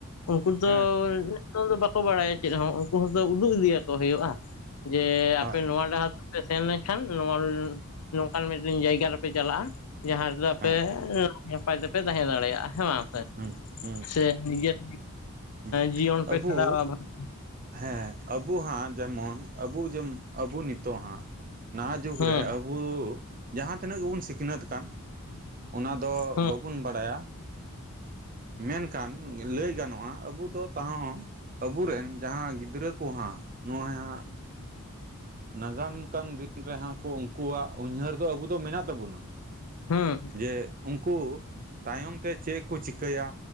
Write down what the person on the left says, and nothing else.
ᱩᱱᱠᱩ ᱫᱚ
ᱱᱤᱛ ᱫᱚᱼᱼ ᱵᱟᱠᱚ ᱵᱟᱲᱟᱭᱟ ᱪᱮᱫ ᱦᱚᱸ ᱩᱱᱠᱩ ᱦᱚᱸᱛᱚ ᱩᱫᱩᱜ ᱤᱫᱤᱭᱟᱠᱚ ᱦᱩᱭᱩᱜᱼᱟ ᱡᱮ
ᱟᱯᱮ ᱱᱚᱣᱟ ᱰᱟᱦᱟᱨᱼᱼ ᱛᱮᱯᱮ ᱥᱮᱱ ᱞᱮᱱᱠᱷᱟᱱ ᱱᱚᱣᱟ ᱱᱚᱝᱠᱟᱱ ᱢᱤᱫᱴᱮᱱ ᱡᱟᱭᱜᱟ ᱨᱮᱯᱮ ᱪᱟᱞᱟᱜᱼᱟ᱾ ᱡᱟᱦᱟᱸ ᱦᱤᱞᱚᱜ ᱟᱯᱮ
ᱱᱟᱯᱟᱭ ᱛᱮᱯᱮ ᱛᱟᱦᱮᱸ ᱫᱟᱲᱮᱭᱟᱜ-ᱟ ᱦᱮᱸ ᱵᱟᱝ ᱥᱮᱼᱼ
ᱥᱮ ᱱᱤᱡᱮᱨ
ᱡᱤᱭᱚᱱ ᱯᱮ
ᱠᱷᱟᱸᱰᱟᱣᱟ ᱵᱷᱟᱜᱤᱼᱼ
ᱦᱮᱸ
ᱦᱮᱸ
ᱦᱮᱸ